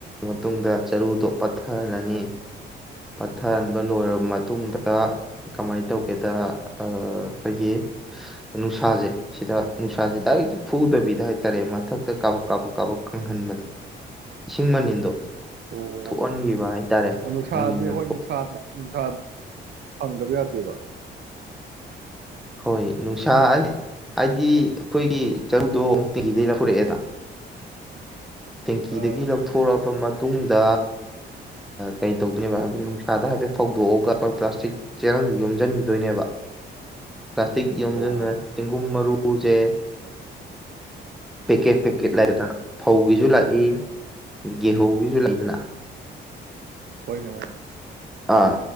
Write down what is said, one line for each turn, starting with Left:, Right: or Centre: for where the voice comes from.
Centre: ꯃꯇꯨꯡꯗ ꯆꯔꯨꯗꯣ ꯄꯠꯊꯍꯜꯂꯅꯤ ꯄꯠꯊꯍꯟꯕ ꯂꯣꯏꯔꯕ ꯃꯇꯨꯡꯗ ꯀꯃꯥꯏꯅ ꯇꯧꯒꯦꯗ ꯑꯩꯈꯣꯏꯒꯤ ꯅꯨꯡꯁꯥꯁꯦ ꯁꯤꯗ ꯅꯨꯡꯁꯥꯁꯦ ꯗꯥꯏꯔꯦꯛ ꯐꯨꯗꯕꯤꯗ ꯍꯥꯏꯇꯥꯔꯦ ꯃꯊꯛꯇ ꯀꯥꯕꯛ ꯀꯥꯕꯛ ꯀꯥꯕꯛ ꯀꯪꯍꯟꯕꯗꯣ ꯏꯁꯤꯡ ꯃꯅꯤꯟꯗꯣ
Right: ꯑꯣ
Centre: ꯊꯣꯛꯍꯟꯈꯤꯕ ꯍꯥꯏꯇꯥꯔꯦ
Right: ꯅꯨꯡꯁꯥꯥꯁꯦ
Centre: ꯃꯅꯤꯟꯗ
Right: ꯍꯣꯏ
Centre: ꯊꯣꯛꯑ
Right: ꯅꯨꯡꯁꯥꯗ ꯏꯁꯥ ꯍꯪꯗꯕ ꯌꯥꯗꯦꯕ
Centre: ꯍꯣꯏ ꯅꯨꯡꯁꯥ ꯍꯥꯏꯗꯤ ꯑꯩꯈꯣꯏꯒꯤ ꯆꯔꯨꯗꯣ ꯑꯃꯨꯛꯇꯤꯤꯗꯒꯤꯩ ꯂꯧꯈꯔꯛꯑꯦꯗ ꯇꯦꯡꯀꯤꯗꯒꯤ
Right: ꯑꯥ
Centre: ꯂꯧꯊꯣꯔꯛꯑꯕ ꯃꯇꯨꯡꯗ ꯀꯩ ꯇꯧꯗꯣꯏꯅꯦꯕ ꯍꯥꯏ ꯅꯨꯡꯁꯥꯗ ꯍꯥꯏꯐꯦꯠ ꯐꯧꯗꯣꯛꯑꯒ ꯄ ꯄ꯭ꯂꯥꯁ ꯆꯛ ꯆꯦꯔꯪ ꯌꯣꯝꯁꯤꯟꯈꯤꯗꯣꯏꯅꯦꯕ ꯄ꯭ꯂꯥꯁꯇꯤꯛ ꯌꯣꯝꯁꯤꯟꯕ
Right: ꯑꯣ
Centre: ꯆꯦꯡꯒꯨꯝ ꯃꯔꯨꯁꯦ ꯄꯦꯛꯀꯦꯠ ꯄꯦꯛꯀꯦꯠ ꯂꯩꯗꯅ ꯐꯧꯒꯤꯁꯨ ꯂꯥꯛꯏ ꯒꯦꯍꯧꯒꯤꯁꯨ ꯂꯩꯗꯅ
Right: <unintelligible>
Centre: ꯑꯥ